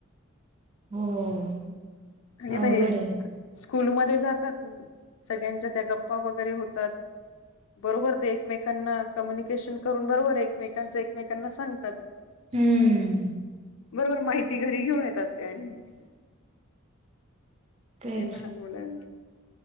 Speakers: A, on the right; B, on the left.
A: हो..
B: आणि आता
A: अवघड
B: हे
A: आहे
B: स्कूलमध्ये जातात सगळ्यांच्या त्या गप्पा वगैरे होतात. बरोबर ते एकमेकांना कम्युनिकेशन करून बरोबर. एकमेकांच एकमेकांना सांगतात.
A: हम्म
B: बरोबर माहिती घरी घेऊन येतात ते आणि.
A: तेच
B: ते लहान मुलांचं